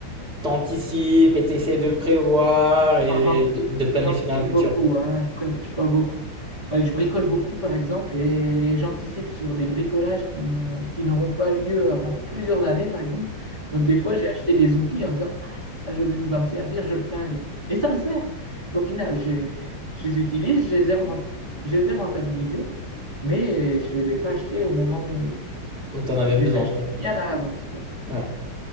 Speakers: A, in the centre; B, on the right.
A: t'anticipes et t'essayes de prévoir et
B: Non, j'anticipe,
A: de, de planifier
B: j'anticipe
A: dans le futur
B: beaucoup, hein, je prévois, je prévois beaucoup. Enfin, je bricole beaucoup, par exemple, et j'anticipe sur des bricolages qui n'ont, qui n'auront pas lieu avant plusieurs années, par exemple. Donc, des fois, j'ai acheté des outils en disant, ah, ça, je, il va me servir, je le ferai un jour. Et ça me sert. Au final, je, je les utilise, je les ai, rent- je les ai rentabilisés mais je ne les ai pas achetés au moment où,
A: où t'en avais
B: Je
A: besoin,
B: les ai achetés
A: quoi.
B: bien à l'avance, quoi.
A: Ouais,